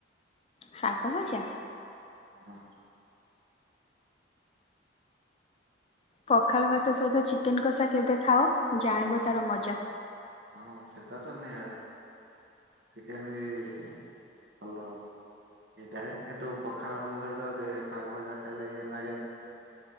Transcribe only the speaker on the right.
ହଁ।
ହଁ ସେତାଟା ନିଆରା ଚିକେନ ବି ଭଲ ସେଇଟା ହେ କିନ୍ତୁ ପଖାଳ ଭାତ ସହିତ ଯେ ଶାଗ ଭଜା ଖାଇଲେ ଇଏ ଲାଗେନା।